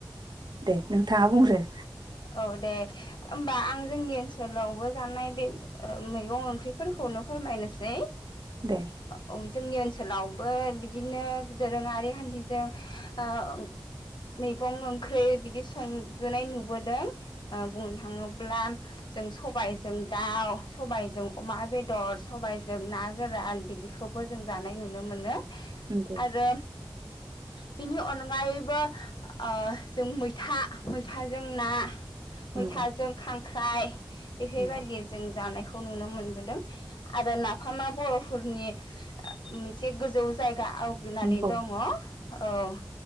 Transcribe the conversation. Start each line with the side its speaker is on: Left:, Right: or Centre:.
Right: दे नोंथाङा बुंग्रो
Left: औ दे होमबा आं जोंनि ओनसोलावबो जानाय बे ओ मैगं ओंख्रिफोरखौनो फोरमायनोसै।
Right: दे
Left: औ जोंनि ओनसोल ओनसोलावबो बिदिनो दोरोङारि खान्थि जों ओ मैगं ओंख्रि बिदि संबोनाय नुबो दों ओ बुंनो थाङोब्ला जों सबायजों दाउ सबायजों अमा बेदर सबायजों ना गोरान बिदिखौबो जों जानाय नुनो मोनो।
Right: नंगौ
Left: आरो बिनि अनगायैबो ओ जों मैथा मैथाजों ना
Right: नंगौ
Left: मैथाजों खांख्राय <unintelligible> बेफोरबायदि
Right: नंगौ
Left: जों जानायखौ खौ नुनो मोनबोदों आरो नाफामा बर'फोरनि मोनसे गोजौ जायगा आवग्रिनानै
Right: नंगौ
Left: दङ औ